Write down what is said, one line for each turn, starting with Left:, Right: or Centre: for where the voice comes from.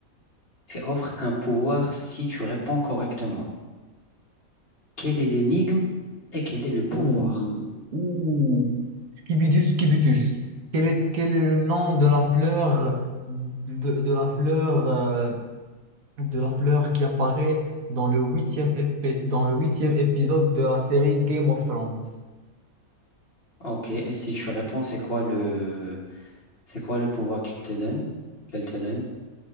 Left: et offre un pouvoir si tu réponds correctement. Quelle est l'énigme et quel est le pouvoir?
Right: Ouh, ouh. Scibidus cubitus. Quel est, quel est le nom de la fleur de, de la fleur euh, de la fleur qui apparaît dans le huitième épi- dans le huitième épisode de la série Game of Thrones?
Left: Ok, et si tu réponds, c'est quoi le, c'est quoi le pouvoir qu'il te donne? Qu'elle te donne?